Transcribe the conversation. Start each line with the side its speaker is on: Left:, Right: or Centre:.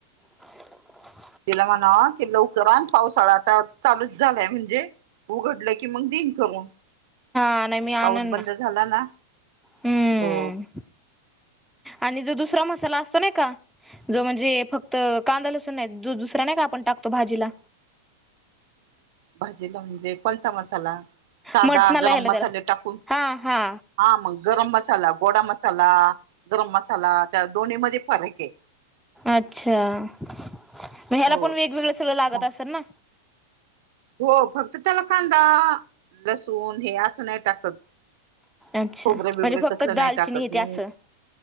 Centre: <unintelligible>
Right: तिला म्हणाव की लवकरआन पावसाळा आता चालूच झालाय म्हणजे, उघडलं की मग दिन करून.
Centre: हा नाही मी आणन
Right: पाऊस बंद झाला ना
Centre: हम्म.
Right: हो
Centre: आणि जो दुसरा मसाला असतो नाही का. जो म्हणजे फक्त कांदा लसून नाही. जो दुसरा नाही का आपण टाकतो भाजीला
Right: भाजीला म्हणजे कोणचा मसाला साधा
Centre: मटणाला
Right: गरम
Centre: ह्याला
Right: मसाले
Centre: त्याला
Right: टाकून
Centre: हा हा
Right: हा मग गरम मसाला, गोडा मसाला, गरम मसाला त्या दोन्ही मध्ये फरक आहे.
Centre: अच्छा! मग ह्याला
Right: हो
Centre: पण वेगवेगळं सगळं लागत
Right: मग
Centre: असेल ना.
Right: हो फक्त त्याला कांदा लसूण हे असं नाही टाकत.
Centre: अच्छा
Right: खोबरे
Centre: म्हणजे
Right: बिबरे
Centre: फक्त
Right: तसलं
Centre: दालचिनी
Right: नाही टाकत
Centre: हे
Right: मग,
Centre: ते असं